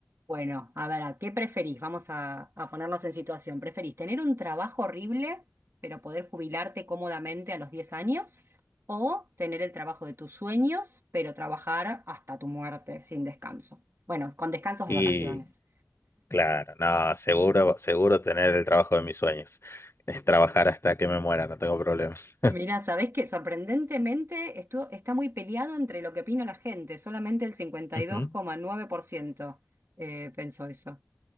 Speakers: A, on the right; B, on the left.
A: Bueno, a ver, ¿a ¿qué preferís? Vamos a, a ponernos en situación. ¿Preferís tener un trabajo horrible, pero poder jubilarte cómodamente a los 10 años? ¿O tener el trabajo de tus sueños, pero trabajar hasta tu muerte sin descanso? Bueno, con descansos
B: Y
A: de vacaciones.
B: claro, no, seguro, seguro tener el trabajo de mis sueños. Es trabajar hasta que me muera, no tengo problemas.
A: Mira, ¿sabés qué? Sorprendentemente esto está muy peleado entre lo que opina la gente. Solamente el
B: <laughs> Ujú.
A: 52,9% eh, pensó eso.